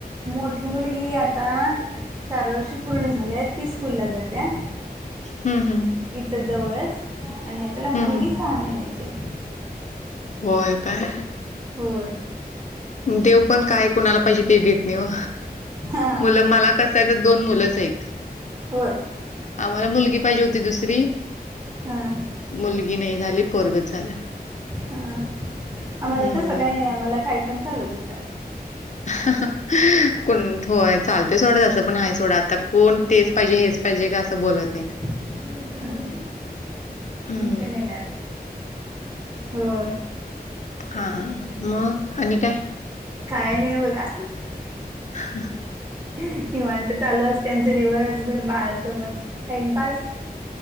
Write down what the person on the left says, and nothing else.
हं, हं.
हं,
हं.
होय काय?
देव पण काय कोणाला पाहिजे ते देत नाही ओ,
मुलं मला कस- <unintelligible> दोन मुलच हायत.
आम्हाला मुलगी पाहिजे होती दुसरी-
मुलगी नाही झाली, पोरगच झालं.
हम्म.
<unintelligible> कोण होय चालतय सोडं तसं पण, आहे सोडं आता. कोण तेच पाहिजे, हेच पाहिजे का, असं बोलत नाहीत.
हम्म.
हा मग, आणि काय?
<inaudible>